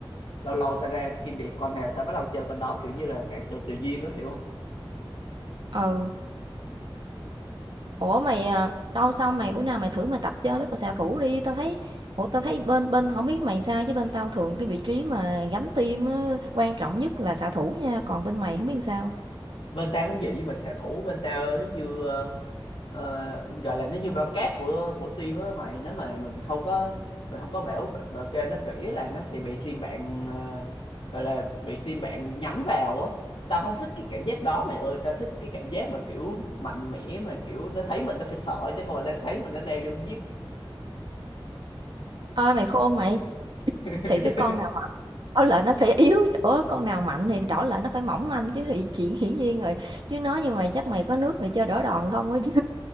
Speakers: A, on the left (about 80°); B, on the right (about 60°).
A: lâu lâu tao ra skin đẹp con nào tao bắt đầu chơi con đó kiểu như là vạn sự tùy duyên á hiểu không
B: ừ ủa mày à, đâu xong mày bữa nào mày thử mày tập chơi mấy con xạ thủ đi tao thấy ủa tao thấy bên bên không biết mày sao chứ bên tao thường cái vị trí mà gánh team á, quan trọng nhất là xạ thủ nha còn bên mày không biết sao
A: bên tao cũng vậy nhưng mà xạ thủ bên tao nó như ờ, ờ, gọi là nó như bao cát của của team á mày nếu mà mình không có mình không có bảo bảo kê nó kỹ là nó sẽ bị team bạn ờ, gọi là bị team bạn nhắm vào á tao không thích cái cảm giác đó mày ơi tao thích cái cảm giác mà kiểu mạnh mẽ mà kiểu nó thấy mình nó phải sợ chứ không phải là thấy mình nó leo vô nó giết
B: ơi mày khôn mày
A: <laughs>
B: thì cái con nào đỏ lợn nó phải yếu <laughs> Ủa con nào mạnh thì đỏ lợn nó phải mỏng manh chứ thì chuyện hiển nhiên rồi chứ nói nhưng mà chắc mày có nước mày chơi đỏ đòn không á chứ